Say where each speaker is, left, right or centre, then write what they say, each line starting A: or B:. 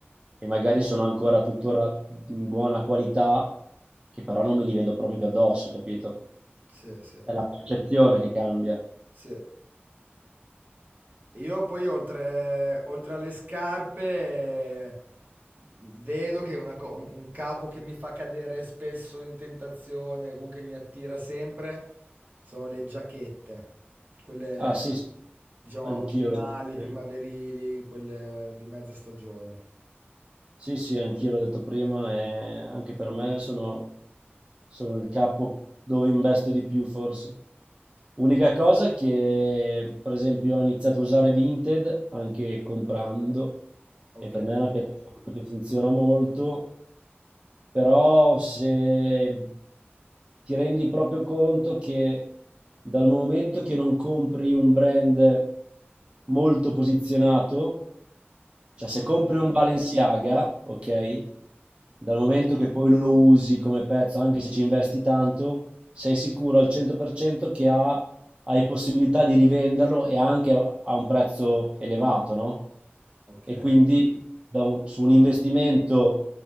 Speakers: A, on the right; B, on the right.
A: e magari sono ancora tuttora in buona qualità, che però non me li vedo proprio più addosso, capito?
B: sì, sì,
A: È la percezione che cambia.
B: sì. E Io poi oltre, oltre alle scarpe eh, vedo che una co- un, un capo che mi fa cadere spesso in tentazione, comunque mi attira sempre, sono le giacchette, quelle
A: Ah sì, sì,
B: diciamo
A: anch'io
B: autunnali,
A: l'ho detto prima.
B: primaverili, quelle di mezza stagione.
A: Sì, sì, anch'io l'ho detto prima e anche per me sono, sono il capo dove investo di più forse. Unica cosa che, per esempio, ho iniziato a usare Vinted anche comprando
B: Ok,
A: e per me è una piattaforma che funziona molto, però se ti rendi proprio conto che dal momento che non compri un brand molto posizionato, cioè se
B: ok,
A: compri un Balenciaga, ok, dal momento che poi lo usi come pezzo, anche se ci investi tanto, sei sicuro al 100% che ha, hai possibilità di rivenderlo e anche a un prezzo elevato, no?
B: ok.
A: e quindi da un- su un investimento,